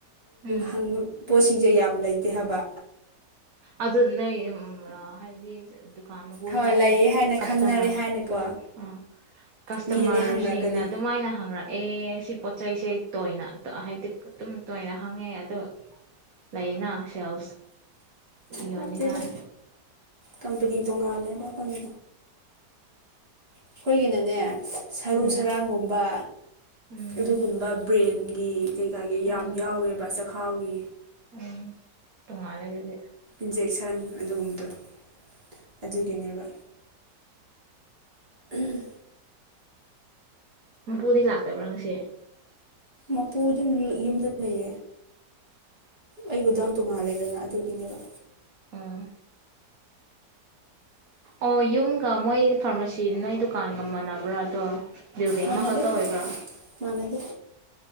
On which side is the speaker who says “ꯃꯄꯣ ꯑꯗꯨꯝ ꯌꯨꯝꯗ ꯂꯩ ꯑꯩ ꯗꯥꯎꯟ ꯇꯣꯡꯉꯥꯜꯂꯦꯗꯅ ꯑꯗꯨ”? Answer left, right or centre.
Right